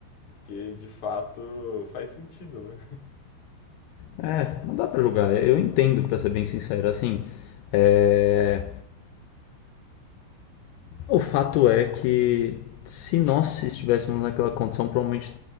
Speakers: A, on the left (about 45°); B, on the left (about 75°).
A: porque de fato faz sentido, né?
B: É, não dá pra julgar, eu entendo, pra ser bem sincero, assim, é... O fato é que se nós estivéssemos naquela condição, provavelmente